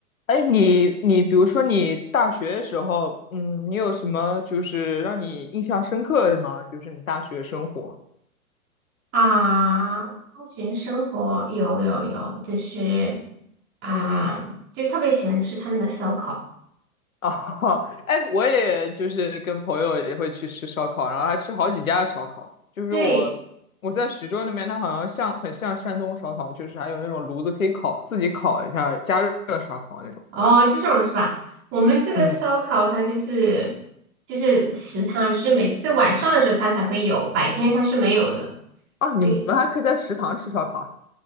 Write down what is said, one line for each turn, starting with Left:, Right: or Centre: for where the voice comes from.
Left: 哎，你你比如说你大学的时候，嗯，你有什么就是让你印象深刻的吗？就是你大学生活。
Right: 啊，大学生活有有有，就是啊，
Left: 嗯嗯。
Right: 就是特别喜欢吃他们的烧烤。
Left: 哦，<laughs> 哎，我也就是跟朋友也会去吃烧烤，然后还吃好几家的烧烤。就是我我在徐州那边，
Right: 对，
Left: 它好像像很像山东烧烤，就是还有那种炉子可以烤，自己烤一下加热烧烤那种。
Right: 哦，这种是吧？我们这个烧烤它就是就是食堂，
Left: 嗯，
Right: 就是每次晚上的时候它才会有，白天它是没有的。
Left: 啊，你们还可以在食堂吃烧烤。
Right: 对